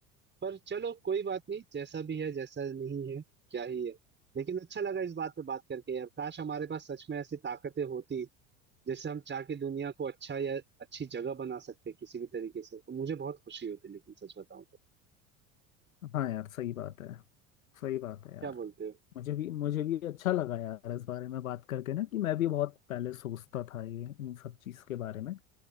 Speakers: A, on the right; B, on the left.
A: पर चलो कोई बात नहीं जैसा भी है जैसा नहीं है क्या ही है लेकिन अच्छा लगा इस बात पे बात करके यार काश हमारे पास सच में ऐसी ताकतें होती जिससे हम चाह के दुनिया को अच्छा या अच्छी जगह बना सकते किसी भी तरीके से तो मुझे बहुत खुशी होती लेकिन सच बताऊं तो
B: हाँ यार सही बात है सही बात है यार
A: क्या बोलते हो
B: मुझे भी मुझे भी अच्छा लगा यार इस बारे में बात करके ना कि मैं भी बहुत पहले सोचता था ये इन सब चीज़ के बारे में